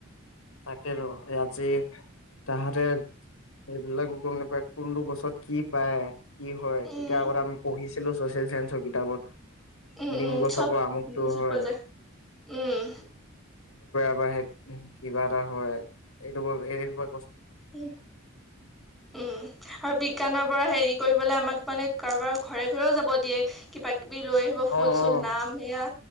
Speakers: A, on the left; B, in the centre.
A: তাকে ৰ এই আজি তাহাঁতে এইবিলাকো গম নাপায় কোনটো গছত কি পায় কি হয়
B: উম
A: এতিয়া আগত আমি পঢ়িছিলো েল চেঞ্চৰ কিতাপত
B: উম
A: ডিম
B: উম
A: গছৰ
B: চব
A: পৰা আমুকটো
B: বুজি
A: হয়
B: পোৱা যায় উম
A: বাহে কিবা এটা হয় এইটো এই বৰ
B: উ উম আৰু বিজ্ঞানৰ পৰা হেৰি কৰিব আমাক মানে কাৰোবাৰ ঘৰে ঘৰেও যাব দিয়ে কিবা িবি লৈ আহিব ফুল
A: অ
B: চুল
A: অ
B: নাম সেয়া